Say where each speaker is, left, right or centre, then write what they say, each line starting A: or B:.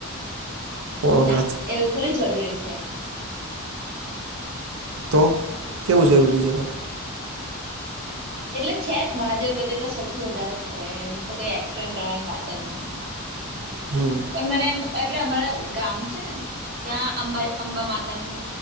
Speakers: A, on the right; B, on the right.
A: ભોળોનાથ
B: ના એવું થોડું જરૂરી છે.
A: તો કેવું જરૂરી છે તો
B: એટલે છે જ મહાદેવ પ્રત્યે તો સૌથી વધારે જ છે એમ તો કઈ એક્સપ્લેન કરવાની વાત જ નહીં.
A: હમ
B: પણ મને એમ એટલે અમારા ગામ છે ને એમ ત્યાં અંબા અંબા માતા નું